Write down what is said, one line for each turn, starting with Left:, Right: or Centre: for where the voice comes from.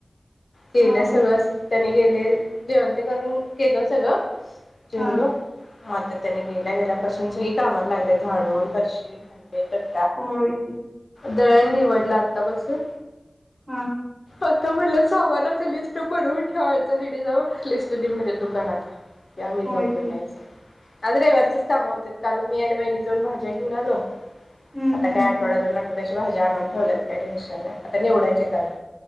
Left: केल
Right: हा
Left: सगळंच त्यांनी गेल. ते जेवण ते करून केल सगळ जेवलो
Right: हा
Left: म आता त्याने गेल्या गेल्यापासून सगळी कामात लागलेत झाडू परशी भांडे <unintelligible>
Right: होय की
Left: दळण निवडला आत्ता बसून
Right: हा
Left: आता म्हटलं सामानाच लिस्ट बनवून ठेवायचं हयांनी ना लिस्ट देवून येतात दुकानात ते आम्ही
Right: होय
Left: जाऊन
Right: की
Left: देवून याच आज रविवारच काम होत्यात काल मी आणि वहिनी जाऊन भाज्या घेऊन आलो
Right: हम्म
Left: आता
Right: हम्म
Left: काय आठवडा
Right: हम्म
Left: दो एकदा ची भाज्या आणून ठेवलंत काय टेंशन नाय आता निवडायच्यात अजून